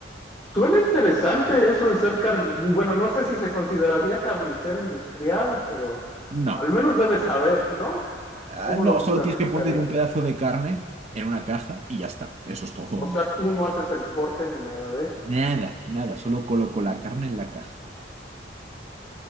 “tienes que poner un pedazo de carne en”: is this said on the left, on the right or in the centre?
Right